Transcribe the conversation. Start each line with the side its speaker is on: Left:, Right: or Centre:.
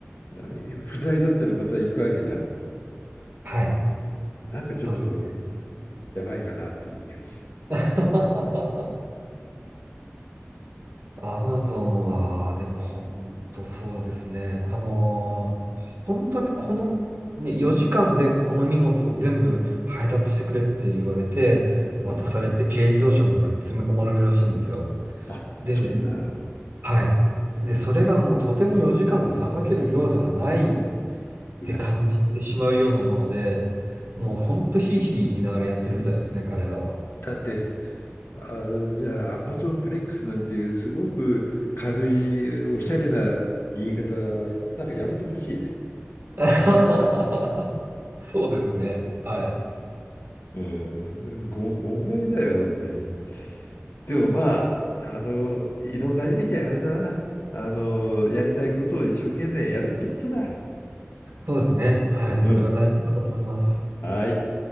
Left: あの不在だったらまた行くわけじゃん。
Right: はい。
Left: なんかちょっと
Right: そうですね。
Left: やばいかなっていう気がする。
Right: <laughs> アマゾンは、でもほんとそうですね。あのー本当にこの、ね、4時間でこの荷物を全部配達してくれって言われて、渡されて軽自動車の中に詰め込まれるらしいんですよ。
Left: うん。あ、そうなの。
Right: で、はい。で、それがもうとても4時間でさばける量ではないっ
Left: うわ
Right: て感じてしまうようなもので、もうほんとひいひい言いながらやってるみたいですね、彼らは。
Left: だって、あ、じゃあ Amazon フレックスなんていうすごく軽いおしゃれな言い方はなんかやめてほしいね。
Right: <laughs> そうですね。はい。
Left: うん、ご、誤解だよ、本当に。でもまあ、あの、いろんな意味であれだな。あの、やりたいことを一生懸命やるってことだ。
Right: そうですね。はい。それが大事だと思います。
Left: うん。はい。